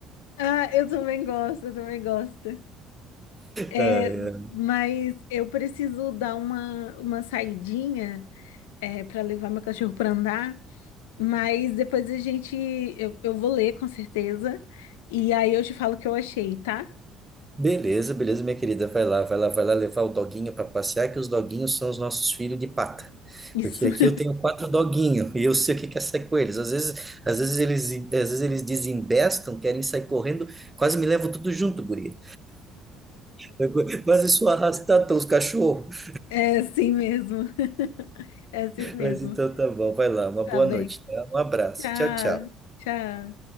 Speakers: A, on the left; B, on the right.
A: Ah, eu também gosto, eu também gosto. É,
B: Ai, ai.
A: mas eu preciso dar uma, uma saidinha, é, para levar meu cachorro para andar. Mas depois a gente. Eu, eu vou ler, com certeza. E aí eu te falo o que eu achei, tá?
B: Beleza, beleza, minha querida. Vai lá, vai lá, vai lá levar o doguinho para passear, que os doguinhos são os nossos filhos de pata.
A: Isso.
B: Porque aqui
A: <laughs>
B: eu tenho quatro doguinhos e eu sei o que que é sair com eles. Às vezes, às vezes eles, às vezes eles desembestam, querem sair correndo, quase me levam tudo junto, guria. Eu Quase sou arrastado pelos cachorros.
A: É assim mesmo. <laughs> É assim mesmo.
B: Mas então tá bom, vai lá, uma
A: Tá
B: boa
A: bem.
B: noite, tá? Um abraço,
A: Tchau,
B: tchau, tchau.
A: tchau.